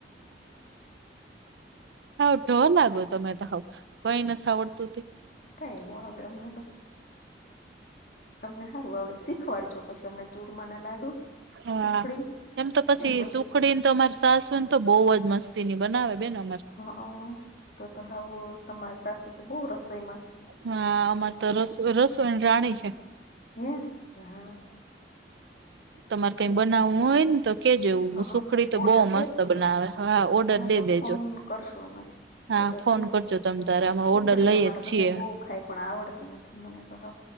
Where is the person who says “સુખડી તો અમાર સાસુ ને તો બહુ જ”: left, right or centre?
Right